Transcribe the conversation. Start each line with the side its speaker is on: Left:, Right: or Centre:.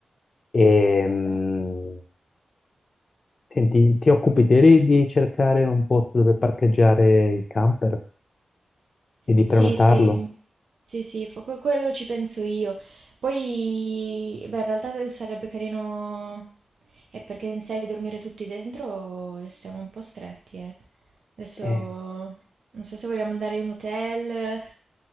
Left: E, mh,
Right: Eh.
Left: senti, ti occupi te di cercare un posto dove parcheggiare il camper e di
Right: Sì,
Left: prenotarlo?
Right: sì, mm, sì, sì, fa- que- quello ci penso io. Poi, beh, in realtà sarebbe carino... Eh, perché in sei dormire tutti dentro restiamo un po' stretti, eh. Adesso
Left: Eh,
Right: non so se vogliamo andare in hotel,